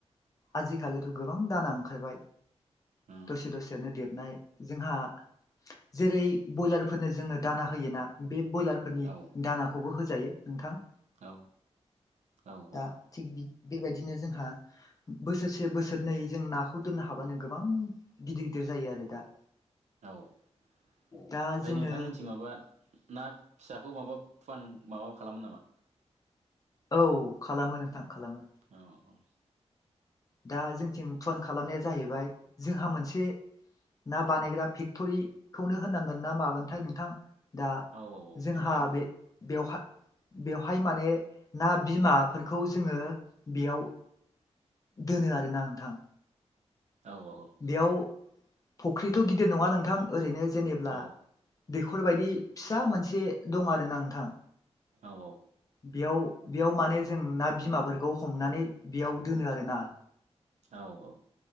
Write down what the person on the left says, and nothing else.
आजिखालिथ' गोबां दाना ओंखारबाय।
दसे दसेनो दबनाय जोंहा। जेरै ब्रयलारफोरनो जोङो दाना होयोना बे ब्रयलार। फोरनि
दानाखौबो होजायो नोंथां।
दा
थिग बेबायदिनो जोंहा। बोसोरसे बोसोरनै जों नाखौ दोननो हाबानो गोबां गिदिर गिदिर जायो आरो दा।
दा जोङो
औ खालामो नोंथां खालामो।
दा जोंथिं फइन् खालामनाया जाहैबाय जोंहा मोनसे। ना बानायग्रा फेक्टरिखौनो होनांगोन ना मागोनथाय नोंथां। दा
जोंहा
बे। बेवह बेवहाय माने ना बिमाफोरखौ जोङो बेयाव। दोनो आरोना नोंथां।
बेयाव फुख्रिथ' गिदिर नङा नोंथां ओरैनो जेनेब्ला।
दैखर बायदि फिसा मोनसे दं आरोना नोंथां।
बेयाव बेयाव माने जों ना बिमाफोरखौ हमनानै बेयाव दोनो आरोना।